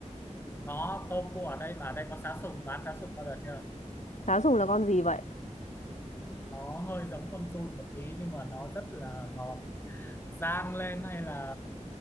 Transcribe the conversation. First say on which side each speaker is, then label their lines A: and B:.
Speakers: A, on the left; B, on the left.
A: có tôm cua ở đây mà ở đây có sá sùng bán sá sùng bao giờ chưa
B: Cá sùng là con gì vậy?
A: nó hơi giống con giun một tí nhưng mà nó rất là ngọt rang lên hay là